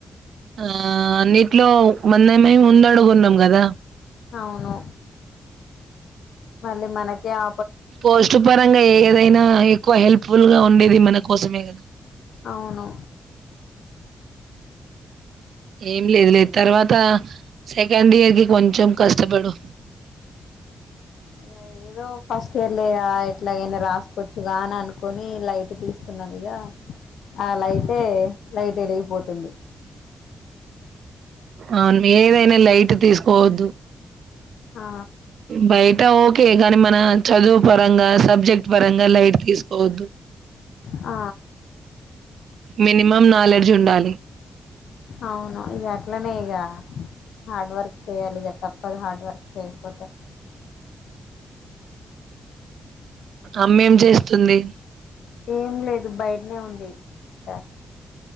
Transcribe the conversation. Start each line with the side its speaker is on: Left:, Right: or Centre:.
Right: ఆ అన్నిట్లో మందేమి ముందడుగున్నాం గదా.
Left: అవును మళ్ళీ మనకి ఆ
Right: పోస్టుపరంగా ఏదైనా ఎక్కువ హెల్ప్ఫుల్ గా ఉండేది మన కోసమే గద
Left: అవును
Right: ఏం లేదు లేదు తర్వాత సెకండ్ ఇయర్ కి కొంచెం కష్టపడు
Left: ఇ ఏదో ఫస్ట్ ఇయర్ లే ఎట్లాగైనా రాసుకోవచ్చుగా, అని అనుకుని లైట్ తీసుకున్నాన్ ఇగ. ఆ లైటే లైటెలిగిపోతుంది.
Right: అవును ఏదైనా లైట తీసుకోవద్దు.
Left: ఆ
Right: బైట ఓకే గాని మన చదువుపరంగా సబ్జెక్టపరంగా లైట్ తీసుకోవద్దు
Left: ఆ
Right: మినిమం నాలెడ్జ్ ఉండాలి.
Left: అవును ఇగ అట్లనే ఇగ హార్డ్ వర్క్ చేయాలి, ఇగ తప్పదు. హార్డ్ వర్క్ చేయకపోతే
Right: అమ్మేం జేస్తుంది.
Left: ఏం లేదు బయట్నే ఉంది సిస్టర్.